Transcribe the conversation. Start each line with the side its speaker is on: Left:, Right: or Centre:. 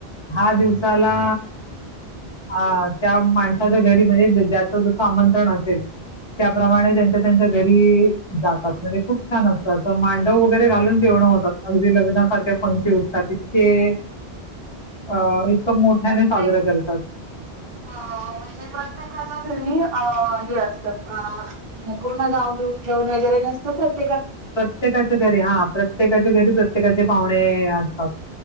Left: दहा दिवसाला... ह त्या माणसाच्या घरी म्हणजे ज्याच जसं आमंत्रण असेल. त्याप्रमाणे त्यांच्या त्यांच्या घरी जातात म्हणजे खूप छान असतात मांडव वगैरे घालून जेवणं होतात. अगदी लग्नासारख्या पंकती उठतात ततके... अं इतका मोठ्याने
Right: प्रत्येक
Left: साजरा करतात.
Right: म्हणजे प्रत्येकाचा घरी... हे असतं पूर्ण गाव बिऊन जेवन वगैरे नसतं प्रत...
Left: प्रत्येकाच्या घरी हा प्रत्येकाच्या घरी प्रत्येकाचे पाहुणे असतात.